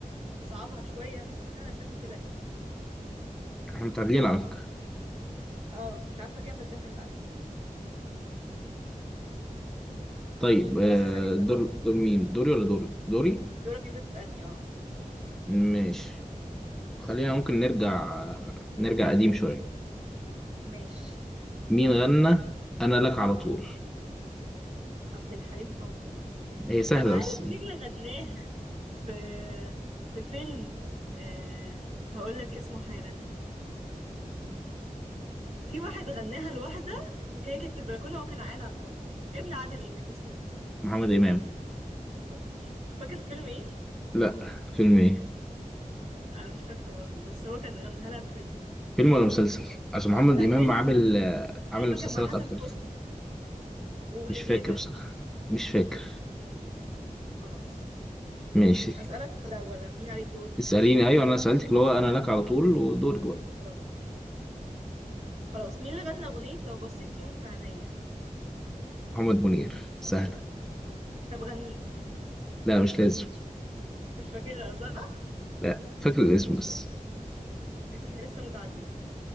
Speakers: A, on the right (about 50°); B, in the centre.
A: تصعبها شويه عشان انا شكلي كده اكسب
B: احنا متعادلين على فكرة
A: اه مش عارفة كام بس احنا متعدين
B: طيب
A: خلاص
B: آه
A: اسأل انت
B: دور
A: بقى
B: دور مين دوري ولا دوري دوري
A: دورك انت تسألني اه
B: ماشي خلينا ممكن نرجع نرجع قديم شوية
A: ماشي
B: مين غنى انا لك على طول
A: عبد الحليم حافظ
B: هي سهلة
A: طب عارف
B: بس
A: مين اللي غناها في في فيلم أه... هقول لك اسمه حالا في واحد غناها لواحدة في كده كانت في البلكونة وهو كان قاعد على الأرض ابن عادل إمام اسمه ايه؟
B: محمد امام
A: شاطر فاكر فيلم ايه؟
B: لا فيلم ايه
A: أنا مش فاكرة برضه بس هو كان غناها لها في فيلم
B: فيلم ولا مسلسل عشان محمد
A: لا
B: امام
A: فيلم
B: عامل
A: فيلم
B: آه،
A: فيلم
B: عامل مسلسلات
A: كان مع حسن
B: اكتر
A: حسني ولبلبة
B: مش فاكر بصراحة مش فاكر
A: خلاص
B: ماشي
A: ماشي أسألك ولا ولا مين عليه الدور؟
B: اسأليني أيوة أنا سألتك اللي هو أنا لك على طول ودورك
A: آه،
B: بقى
A: خلاص خلاص مين اللي غنى أغنية لو بصيت يوم في عينيا
B: محمد منير سهلة
A: طب غنيها
B: لا مش لازم
A: مش فاكرها صح؟
B: لا فاكر الاسم بس
A: ماشي احنا لسه متعادلين